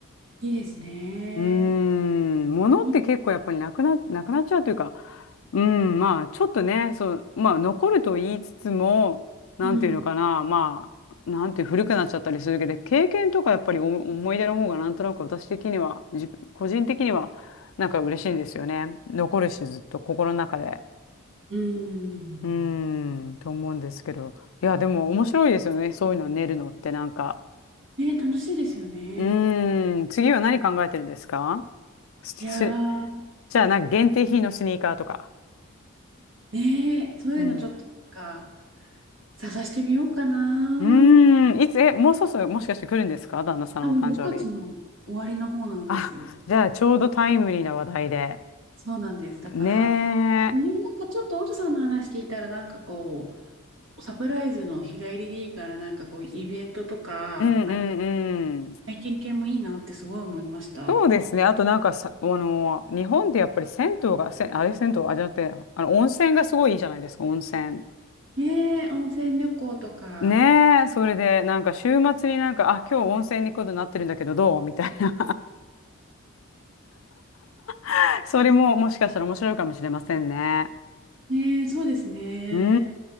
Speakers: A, on the right; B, on the left.
A: いいですね。
B: うーん、物って結構やっぱりなくな、
A: うん。
B: なくなっちゃうというか、うん、まあ、ちょっとね、そう、まあ、残ると言いつつも、なんていうのかな、
A: うん。
B: まあ、なんていう古くなっちゃったりするけど、経験とかやっぱりお思い出の方がなんとなく私的には、自分、個人的には、なんか嬉しいんですよね。残るし、ずっと心の中で。
A: うーん。
B: うーん、と思うんですけど。いや、でも面白いですよね、そういうの練るのってなんか。
A: ね、楽しいですよね。
B: うーん、次は何考えてるんですかすす
A: いやー、
B: じゃあ、なんか限定品のスニーカーとか。
A: ね、そういうのちょっとなんか
B: うん。
A: 探してみようかな。
B: うーん。いつ、え、もうそろそろもしかして来るんですか旦那さんのお誕生日。
A: あ、もう5月の終わりの方なんですよ。
B: あ、じゃあ、ちょうどタイムリーな話題で。
A: そうなんです。だから、
B: ね
A: ねなんかちょっとオトさんの話聞いたらなんかこ
B: え。
A: う、サプライズの日帰りでいいからなんかこう、イベントとか、
B: うんうん
A: なんか
B: うん。
A: 体験系もいいなってすごい思いました。
B: そうですね。あとなんかさ、あの、日本ってやっぱり銭湯が、せ、あれ銭湯、あ、じゃなくて、あの、温泉がすごいいいじゃないですか、温泉。
A: ねえ、温泉旅行とか。
B: ねえ、それで、なんか週末になんか、あ、今日温泉に行くことになってるんだけど、どうみたいな。<laughs> それももしかしたら面白いかもしれませんね。
A: ねえ、そうですね。
B: うー